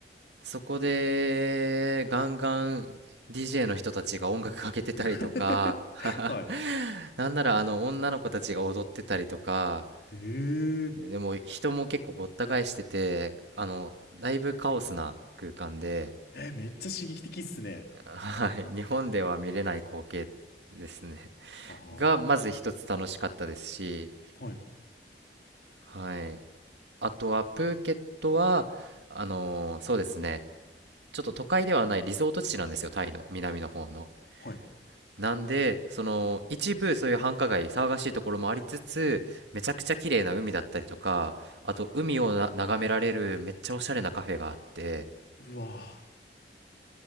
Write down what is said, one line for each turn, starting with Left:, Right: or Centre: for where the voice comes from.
Right: そこでガンガン DJ の人たちが音楽かけてたりとか、
Left: <laughs>
Right: <laughs>
Left: はい。
Right: なんならあの女の子たちが踊ってたりとか、
Left: え
Right: でも人も結構ごった返してて、あの、だいぶカオスな空間で、
Left: ええー、めっちゃ刺激的っすね。
Right: はい、日本では見れない光景ですね。
Left: ああ、
Right: が、
Left: は
Right: まず一つ楽しかったですし、
Left: い。
Right: はい。あとはプーケットは、あのそうですね、ちょっと都会ではないリゾート地なんですよ、タイの南の方の。
Left: はい。
Right: なんで、その、一部そういう繁華街、騒がしいところもありつつ、めちゃくちゃ綺麗な海だったりとか、あと海をな眺められるめっちゃおしゃれなカフェがあって、
Left: うわ。